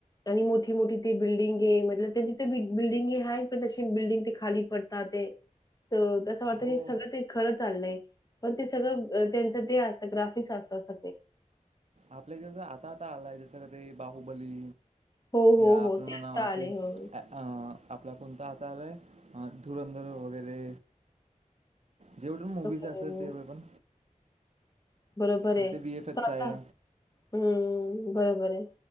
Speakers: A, on the left; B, on the right.
A: आणि मोठी मोठी त बिल्डिंगे मतलब त्यांची तर बिल्डिंगे आहेत पण तशी बिल्डिंग ते खाली पडतात. असं वाटत
B: हो
A: क सगळं चाल पण ते सगळं त्यांच ते असत ग्राफिक असत.
B: आपल्या इथ आता आता आलाय जसं क ते बाहुबली.
A: हो, हो,
B: या आपण
A: हो. ते
B: म्हणावा
A: आता आले.
B: कि
A: हो.
B: अं आपला कोणता हात आलाय हा धुरंधर वगैरे जेवढ पण मुव्हीज
A: हो.
B: असेल तेवढं पण
A: बरोबर आहे
B: जिथे वी एफ एक्स
A: त आता
B: आहे
A: हम्म बरोबर आहे.